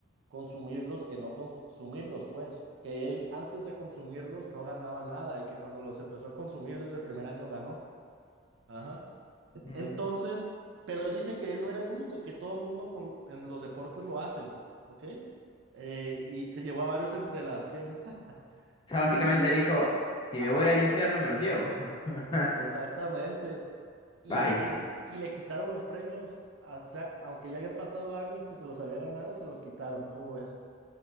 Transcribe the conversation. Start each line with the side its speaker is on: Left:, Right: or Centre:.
Right: consumirlos que no consumirlos, pues, que él antes de consumirlos no ganaba nada y que cuando los empezó a consumir desde el primer año ganó. Ajá.
Left: Mm.
Right: Entonces, pero él dice que él no era el único, que todo mundo con- en los deportes lo hacen, ¿ok? Eh, y se llevó a varios entre las piernas. <laughs>
Left: O sea,
Right: Y,
Left: básicamente dijo, si
Right: ajá,
Left: me voy al infierno, me los llevo. <laughs>
Right: exactamente. Y,
Left: Vaya.
Right: y le quitaron los premios, a- o sea, aunque ya habían pasado años que se los había ganado, se los quitaron, ¿cómo ves?